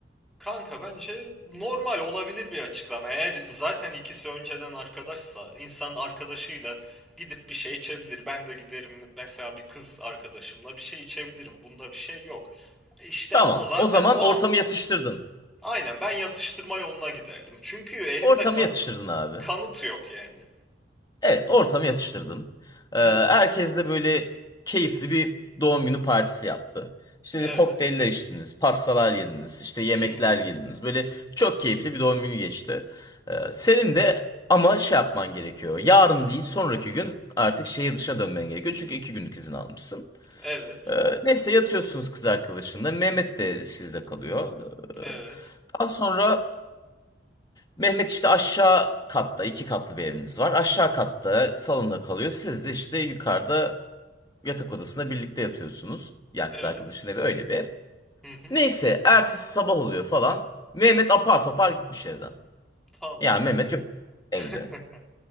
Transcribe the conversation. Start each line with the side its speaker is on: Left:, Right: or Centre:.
Centre: Kanka bence normal olabilir bir açıklama. Eğer zaten ikisi önceden arkadaşsa insan arkadaşıyla gidip bir şey içebilir. Ben de giderim mesela bir kız arkadaşımla bir şey içebilirim. Bunda bir şey yok. İşte
Left: Tamam
Centre: ama zaten
Left: o zaman
Centre: o
Left: ortamı
Centre: an
Left: yatıştırdın.
Centre: aynen ben yatıştırma yoluna giderdim. Çünkü elimde
Left: Ortamı
Centre: kan
Left: yatıştırdın abi.
Centre: kanıt yok yani.
Left: Evet, ortamı yatıştırdın. Ee,
Centre: Hı,
Left: herkes de böyle keyifli bir doğum günü partisi yaptı. İşte
Centre: evet.
Left: böyle kokteyller içtiniz, pastalar yediniz, işte yemekler
Centre: Hı.
Left: yediniz. Böyle çok keyifli bir doğum günü geçti. Ee, senin de ama şey yapman gerekiyor. Yarın değil, sonraki gün artık şehir dışına dönmen gerekiyor. Çünkü iki günlük izin almışsın.
Centre: Evet.
Left: Ee, neyse yatıyorsunuz kız arkadaşınla. Mehmet de sizde kalıyor. Ee,
Centre: Evet.
Left: daha sonra Mehmet işte aşağı katta iki katlı bir eviniz var. Aşağı katta salonda kalıyor. Siz de işte yukarıda yatak odasında birlikte yatıyorsunuz. Ya
Centre: Evet.
Left: kız arkadaşın evi öyle bir ev.
Centre: Hı hı.
Left: Neyse ertesi sabah oluyor falan. Mehmet apar topar gitmiş evden.
Centre: Tamam.
Left: Yani Mehmet yok evde.
Centre: <laughs>